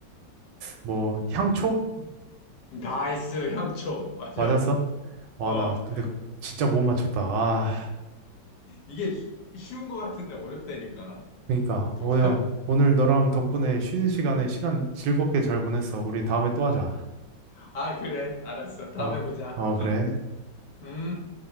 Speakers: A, on the right (about 75°); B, on the left (about 70°).
A: 뭐, 향초?
B: 나이스, 향초. 맞아.
A: 맞았어? 와,
B: 어,
A: 나 근데 진짜 못 맞췄다. 아,
B: 이게 쉬- 쉬운 것 같은데 어렵다니까.
A: 그러니까
B: 정말.
A: 오야 오늘 너랑 덕분에 쉬는 시간에 시간 즐겁게 잘 보냈어. 우리 다음에 또 하자.
B: <laughs> 아, 그래. 알았어. 다음에
A: 어,
B: 보자.
A: 어 그래.
B: 어. 음.